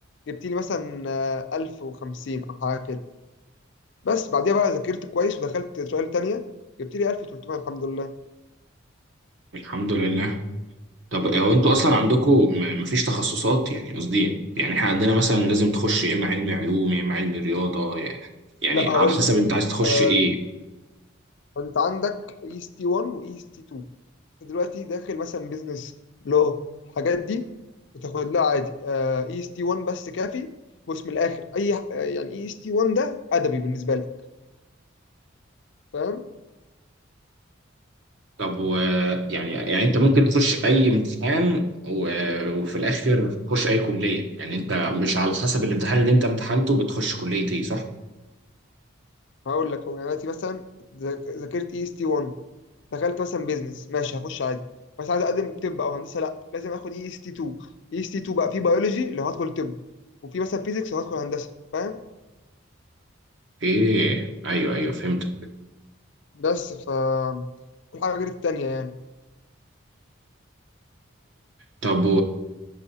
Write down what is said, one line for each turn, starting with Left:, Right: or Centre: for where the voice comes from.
Left: جبت لي مثلا آه، 1050 او حاجة كده بس بعديها بقى ذاكرت كويس ودخلت ترايل تانية جبت لي 1300 الحمد لله
Right: الحمد لله طب هو انتوا اصلا عندكم ما فيش تخصصات يعني قصدي يعني احنا عندنا مثلا لازم تخش يا اما علمي علوم يا اما علمي رياضه ي- يعني
Left: لا هقول
Right: على حسب
Left: لك
Right: انت عايز تخش
Left: آه،
Right: ايه
Left: انت عندك اي اس تي 1 واي اس تي 2 دلوقتي داخل مثلا بيزنس لو الحاجات دي بتاخد لها عادي اي اس تي 1 بس كافي بص من الاخر اي ح- آه، يعني اي اس تي 1 ده ادبي بالنسبه لك فاهم
Right: طب و يعني يعني انت ممكن تخش اي امتحان و... وفي الاخر تخش اي كليه يعني انت مش على حسب الامتحان اللي انت امتحنته بتخش كليه ايه صح؟
Left: هقول لك هو يعني دلوقتي مثلا ذاك- ذاكرت اي اس تي 1 دخلت مثلا بيزنس ماشي هخش عادي بس عايز اقدم طب او هندسه لا لازم اخد اي اس تي 2 اي اس تي 2 بقى في بيولوجي لو هدخل طب وفي مثلا فيزيكس لو هدخل هندسه فاهم
Right: ايه ايوه ايوه فهمت
Left: بس ف كل حاجه غير التانيه يعني
Right: طب